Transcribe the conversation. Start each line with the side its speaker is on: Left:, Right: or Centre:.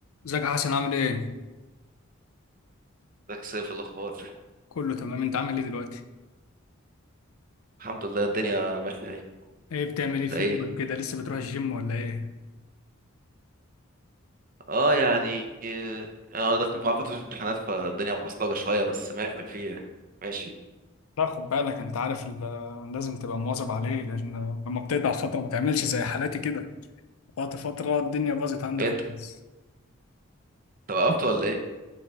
Left: ازيك يا حسن عامل ايه؟
Right: ازيك يا سيف الاخبار
Left: كله تمام انت عامل ايه دلوقتي؟
Right: الحمد لله الدنيا ماشيه ايه
Left: ايه بتعمل ايه
Right: انت
Left: في
Right: ايه
Left: يومك كده لسه بتروح الجيم ولا ايه؟
Right: اه يعني اه انا داخل مع فتره امتحانات فالدنيا معصلجه شويه بس ماشي فيه يعني ماشي
Left: لا خد بالك انت عارف ال- لازم تبقى مواظب عليه لان لما بتقطع فترة ما تعملش زي حالاتي كده قطعت فترة الدنيا باظت عندي
Right: إيه
Left: خالص
Right: انت انت وقفت ولا ايه